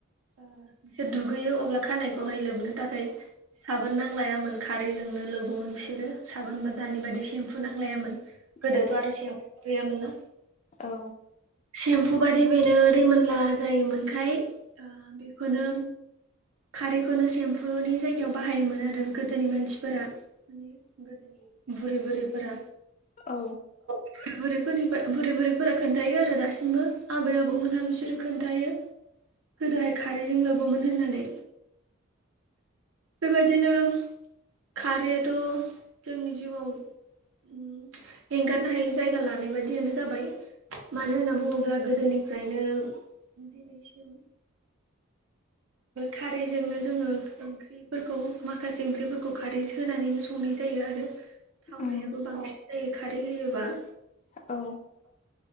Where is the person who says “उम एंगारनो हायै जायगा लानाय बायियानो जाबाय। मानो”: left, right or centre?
Right